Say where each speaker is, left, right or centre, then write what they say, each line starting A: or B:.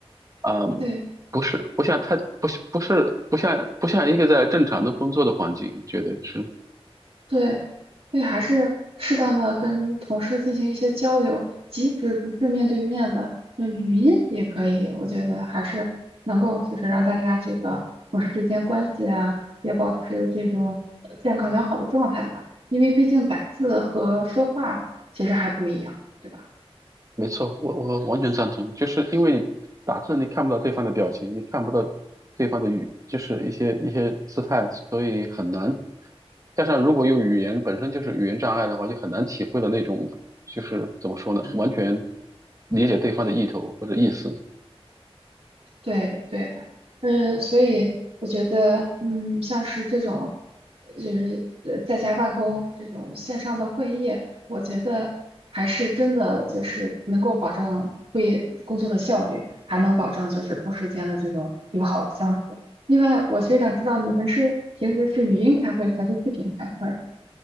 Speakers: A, on the right (about 35°); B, on the right (about 70°).
A: 嗯，
B: 对，
A: 不是，不像太，不是，不是，不像，不像一个在正常的工作的环境，觉得是
B: 对，所以还是适当的跟同事进行一些交流，即使不是面对面的，那语音也可以。我觉得还是能够就是让大家这个同事之间关系啊，也保持这种呃健康良好的状态吧。因为毕竟打字和说话其实还不一样，对吧？
A: 没错，我我完全赞同，就是因为你打字你看不到对方的表情，你看不到对方的语，就是一些一些姿态，所以很难。加上如果有语言本身就是语言障碍的话，就很难体会到那种就是怎么说呢，完全理解对方的意图或者意思。
B: 对的，对的，嗯，所以我觉得，嗯，像是这种，呃就是呃在家办公这种线上的会议，我觉得还是真的就是能够保证会工作的效率，还能保证就是同事间的这种友好相处。另外，我非想知道你们是平时是语音开会还是视频开会啊？